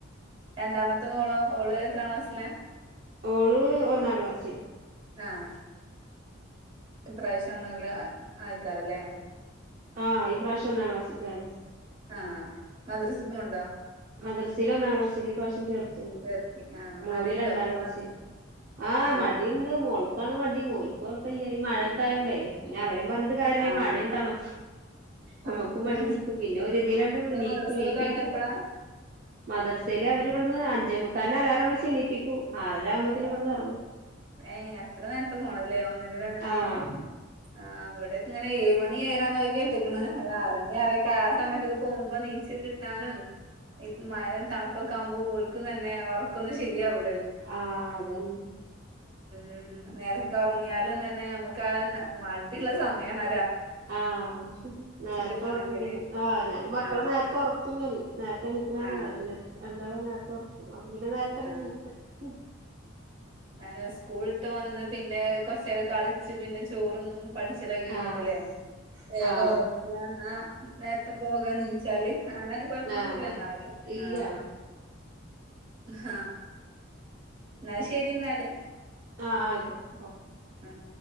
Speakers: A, on the right (about 25°); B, on the right (about 40°).
A: രണ്ടാമത്തെ മോളോ ഓള് എത്ര ക്ലാസ്സില
B: ഓള് ഒന്നാം ക്ലാസ്സില്
A: ആഹ് ഇപ്രാവശ്യം ഒന്ന് ർ ല് ആയിക്കാറല്ലേ
B: ആഹ് ഈ പ്രാവശ്യംന്നാം ക്ലാസ്സിൽക് ആയതാ
A: ആഹ മദ്റസ് പോണ്ടോ
B: മദ്റസില് ഒന്നാംളാസില് ഇപ്രാവശ്യം ചേർത്തു
A: ചേർത്തി ആഹ്
B: മോന്
A: മടിയുണ്ടോ
B: രണ്ടാം
A: പോകാന്
B: ക്ലാസ്സില് ആ
A: ആഹ്
B: മടിണ്ട് മോൾക്കാണ് മടി മോൻകോ ല്ല ഈ മഴയൊക്കൊയയോണ്ടേ പിന്നെ അവരേും പറഞ്ഞിട്ട് കാര്യമില്ല
A: ആഹ്
B: മഴയും തണോ
A: തണുപ്പും
B: നമ്മുക്കും മടിപട പിന്നെ ഒരു ഇതിലാണ്ട് നീക്ക
A: മദ്രസൊക്കെ
B: നീപ്പിക്കൂ
A: തുടങ്ങിയപ്പളാ
B: മദർസയിലെ അവരിവിടുന്ന് അഞ്ചേ മുക്കാല്ൻ അലാറം എണീപ്പിക്കും ആറര ആവുമ്പോത്തിന്
A: അ്
B: ഇവിടുന്ന് ഇറങ്ങും
A: ഏ അത്ര നേര പോണല്ലേ ഒന്നിന രണ്ടിനൊക്കെ
B: ആഹ്
A: ആവിടെ അങ്ങനെ ഏഴ മണി ഏരാന്ന് കെട്ടിിക്ക ആറണി ആറെക്കെ ആ സമയത്തൊക്കെ പോകുമ്പോ നീച്ച കിട്ടാനും മഴ തണുപ്പൊക്കെ ആകുമ്പോ ഒക്കും തന്നെ ഉറക്കൊന്നും ശരിയാവല്ല
B: ആഹ അതന്നെ
A: ഉ നേരത്തെ ഉറങ്ങിയാലും തന്നെ നമുക്ക് ആ മടിയുള്ള സമയമാണ്
B: ആഹ നേരത്തെ
A: കിട്ടണെങ്കില്
B: ഉറങ്ങല് ആഹ് ഞാൻ മക്കളെ
A: ആഹ്
B: നേരത്തെ ഉറക്കും ഞൻ നേരത്തെ ഇ നൽക്കാനുണ്ടല്ല
A: ആഹ്
B: രണ്ടാളും നേരത്തെ ഉറക്ക പിന്നെ നേരത്തെന്നെ
A: ആഹ്
B: വ
A: ഞാന് സ്കൂളിട്ട് വന്ന് പിന്നെ കളിച്ച് പിന്നെ ചോറൊന്നും പഠിച്ചില കഴിഞ്ഞിട്ടില്ലേ
B: ആഹ്
A: വേഗം
B: ആഹ്
A: ഉറക്കന്ന നേരത്തെ പോകാ നീച്ചാല് അങ്ങനെ കൊഴപ്പൊന്നുമല്ല
B: ആഹ്
A: എന്നാലും
B: ഇല്ല
A: ആഹ ആഹ എന്നാൽ ശരി എന്നാല്
B: ആഹ ആയിക്കോക്കട്ടെ ഓക്കെ
A: ഉഹ